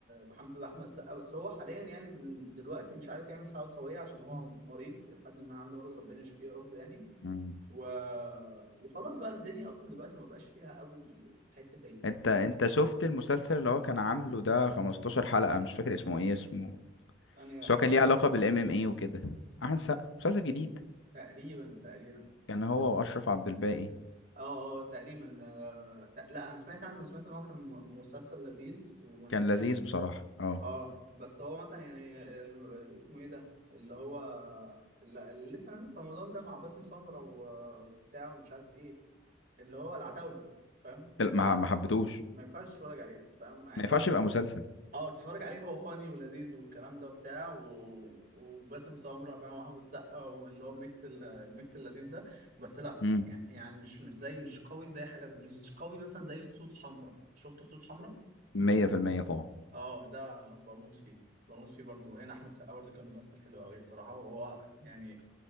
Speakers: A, on the right (about 50°); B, on the left (about 85°).
A: بحب احمد السقا بس هو حاليا يعني بن- دلوقتي مش عارف يعمل حاجه قويه عشان هو مريض لحد ما عنده مرض ربنا يشفيه يا رب يعني
B: مم.
A: و... وخلاص بقى الدنيا اصلا دلوقتي ما بقاش فيها قوي حته
B: انت انت شفت المسلسل اللي هو كان عامله ده 15 حلقة مش فاكر اسمه ايه اسمه
A: أنهي واحد
B: بس هو كان ليه علاقة بالام ام اي وكده احمد سقا مسلسل جديد
A: تقريبا تقريبا
B: كان هو
A: لا.
B: واشرف عبد الباقي
A: اه اه تقريبا آه، تق- لا انا سمعت عنه سمعت ان هو كان م- مسلسل لذيذ وناس
B: كان
A: كتير
B: لذيذ بصراحة اه
A: اه بس هو مثلا يعني ال- اسمه ايه ده اللي هو اللي اللي لسه نازل في رمضان ده مع باسم سمرة و- وبتاع ومش عارف ايه اللي هو العتاولة فاهم
B: لا،
A: ده
B: ما ما حبيتهوش
A: ما ينفعش تتفرج عليه فاهم يعني
B: ما ينفعش
A: هو
B: يبقى مسلسل
A: اه تتفرج عليه هو فاني ولذيذ والكلام ده وبتاع و... وباسم سمرة فاهم وحافظ السقا واللي هو الميكس ال- الميكس اللذيذ ده بس لا
B: امم
A: يعني يعني مش مش زي مش قوي زي حاجة مش قوي مثلا زي خطوط حمراء شفت خطوط حمراء؟
B: 100% طبعا
A: اه ده بموت فيه بموت فيه برضه وهنا احمد السقا برضه كان ممثل حلو قوي الصراحة وهو يعني